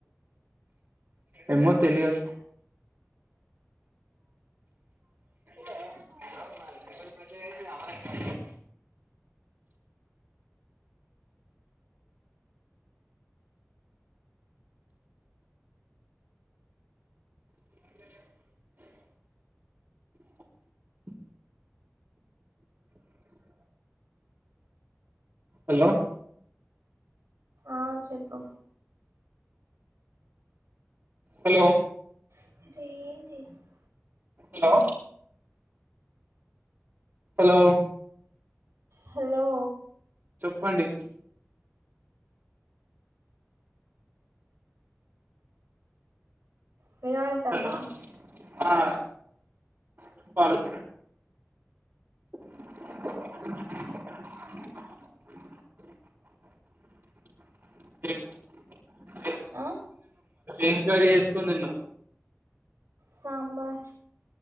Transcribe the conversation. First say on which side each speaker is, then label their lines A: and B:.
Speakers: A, on the right; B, on the right.
A: ఏమ్మో తెలియదు <unintelligible> అ హలో
B: అ చెప్పు
A: హలో
B: <unintelligible>
A: హలో హలో
B: హలో
A: చెప్పండి
B: వినపడుతుందా
A: హలో ఆ చెప్పాలి డు డు డు ఏ <unintelligible>
B: ఆ
A: ఎం కర్రీ చేసుకొని తిన్నావు
B: సాంబర్